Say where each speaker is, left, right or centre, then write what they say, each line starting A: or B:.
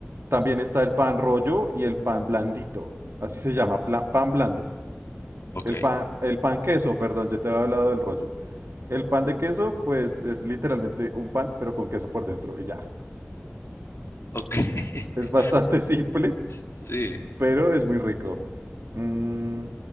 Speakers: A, on the right (about 70°); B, on the left (about 80°).
A: también está el pan rollo y el pan blandito. Así se llama, pla- pan blando.
B: Ok,
A: El pan, el pan queso, perdón, ya te había hablado del rollo. El pan de queso, pues es literalmente un pan, pero con queso por dentro y ya.
B: ok. <laughs>
A: Es bastante <laughs> simple,
B: Sí,
A: pero es muy rico. Mm,